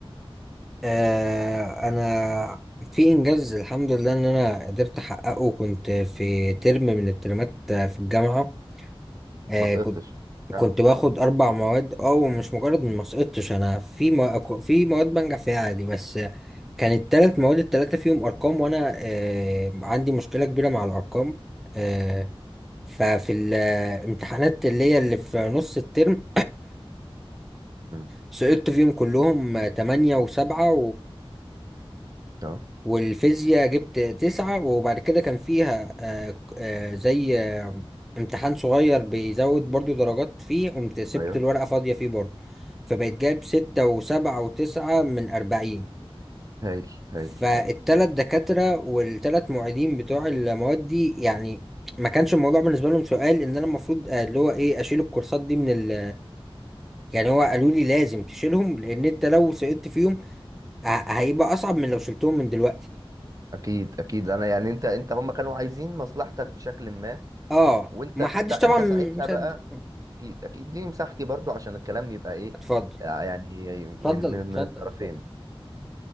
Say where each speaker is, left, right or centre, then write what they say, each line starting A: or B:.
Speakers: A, in the centre; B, on the right.
A: آه، انا في انجاز الحمد لله ان انا قدرت احققه كنت في ترم من الترمات آه، في الجامعة آه
B: ما سقطتش
A: كنت
B: ها
A: كنت باخد اربع مواد او مش مجرد إني
B: مم.
A: ما سقطتش انا في مو... في مواد بنجح فيها عادي بس كانت ثلاث
B: مم.
A: مواد الثلاثه فيهم ارقام وانا آه عندي مشكله كبيره مع الارقام آه ففي الامتحانات اللي هي اللي في نص الترم
B: مم.
A: سقطت فيهم كلهم آه، تمانية وسبعة
B: اه
A: والفيزياء جبت تسعة وبعد كده كان فيها آه آه زي آه امتحان صغير بيزود برضو درجات فيه قمت سبت
B: ايوه
A: الورقة فاضية فيه برضو فبقيت جايب ستة وسبعة وتسعة من أربعين
B: هايل هايل
A: فالتلات
B: هايل هايل
A: دكاترة والتلات معيدين بتوع المواد دي يعني ما كانش الموضوع بالنسبة لهم سؤال إن أنا المفروض آه، اللي هو إيه أشيل الكورسات دي من ال يعني هو قالوا لي لازم تشيلهم لأن أنت لو سقطت فيهم ه- هيبقى أصعب من لو شلتهم من دلوقتي
B: اكيد اكيد انا يعني انت انت هم كانوا عايزين مصلحتك بشكل ما
A: اه
B: وانت
A: ما
B: انت,
A: حدش
B: انت
A: طبعا
B: ساعتها
A: مصدق
B: بقى اكيد اكيد دي مساحتي برضو عشان الكلام يبقى ايه
A: اتفضل
B: آه، يعني من
A: اتفضل
B: من
A: اتفضل
B: من الطرفين
A: اتفضل